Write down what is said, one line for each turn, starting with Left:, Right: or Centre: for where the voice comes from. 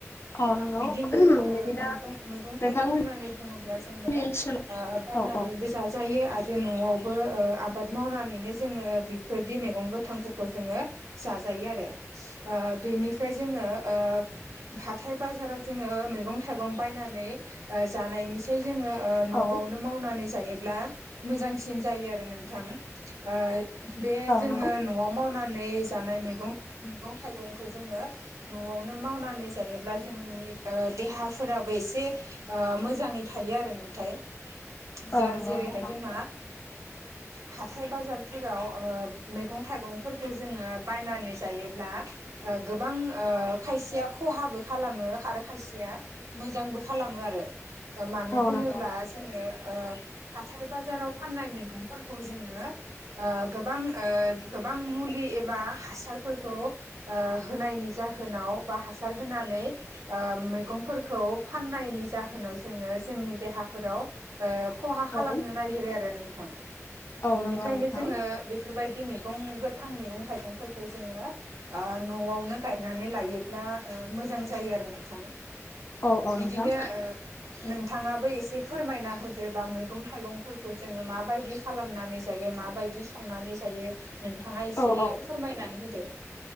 Left: औ नंगौ
Right: बिदिनो ओ
Left: बिदिनो
Right: मैगं मैगं
Left: नोंथांमोननि
Right: थाइगं होननानै बुङोब्ला जोङो
Left: ओनसोलाव
Right: ओ बायनानैबो
Left: औ औ
Right: जाजायो आरो नआवबो ओ आबाद मावनानैनो जोङो फोरदि मेगं गोथांफोरखौ जोङो जाजायो आरो ओ बेनिफ्राय जोङो ओ हाथाय बाजाराव जोङो मैगं थाइगं बायनानै ओ जानायनि <unintelligible> ओ
Left: औ
Right: नआवनो माव नानै जायोब्ला मोजांसिन जायो आरो नोंथां ओ बे जोङो
Left: नंगौ
Right: न आव मावनानै जानाय मैगं मैगं थाइगंखौ जोङो नआवनो मावनानै जायोब्ला जोंनि ओ देहाफोराबो एसे ओ मोजाङै थायो आरो नोंथाय जाय
Left: औ नंगौ
Right: जेरैहायो
Left: नोंथां
Right: जोंहा हाथाय बाजारफोराव ओ मेगं थाइगंफोरखौ जोङो बायनानै जायोब्ला ओ गोबां ओ खायसेया खहाबो खालामो आरो खायसेया मोजांबो खालामो आरो मानो
Left: औ
Right: होनोब्ला
Left: नंगौ
Right: जोङो ओ हाथाय बाजाराव फाननाय मैगंफोरखौ जोङो ओ गोबां ओ गोबां मुलि एबा हासारफोरखौ ओ होनायनि जाहोनाव बा हासार होनानै ओ मैगंफोरखौ फाननायनि जाहोनाव जोङो जोंनि देहाफोराव ओ खहा खालामनो
Left: औ
Right: नागिरो आरो नोंथां
Left: औ
Right: बिनिखायनो
Left: नंगौ नोंथां
Right: जोङो बेफोरबायदि मैगं गोथां मैगं थाइगंफोरखौ जोङो आ नआवनो गायनानै लायोब्ला ओ मोजां जायो आरो नोंथां
Left: औ औ
Right: बिदिनो
Left: नोंथां
Right: ओ नोंथाङाबो एसे फोरमायना होदोबा मैगं थाइगंफोरखौ जोङो माबायदि खालामनानै जायो माबायदि संनानै जायो नोंथांङा एसे
Left: औ औ
Right: फोरमायनानै होदो